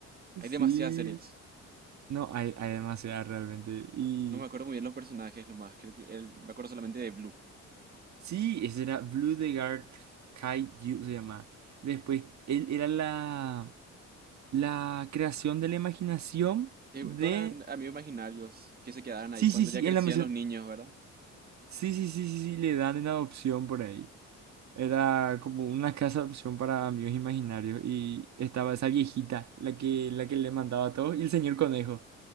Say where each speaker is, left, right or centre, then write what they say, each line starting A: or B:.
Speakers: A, on the right (about 30°); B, on the right (about 65°).
A: Hay demasiadas
B: Sí.
A: series.
B: No, hay, hay demasiada realmente. Y
A: No me acuerdo muy bien los personajes nomás. Creo que el- me acuerdo solamente de Blue.
B: sí, ese era Blue the Guard Kaiju se llama. Después, él era la, la creación de la imaginación
A: Eh,
B: de...
A: bueno, todos eran amigos imaginarios que se quedaron
B: Sí,
A: ahí cuando
B: sí, sí,
A: ya crecían
B: en la mansión...
A: los niños, ¿verdad?
B: Sí, sí, sí, sí, sí, le dan en adopción por ahí. Era como una casa de opción para amigos imaginarios y estaba esa viejita, la que, la que le mandaba a todos, y el señor conejo.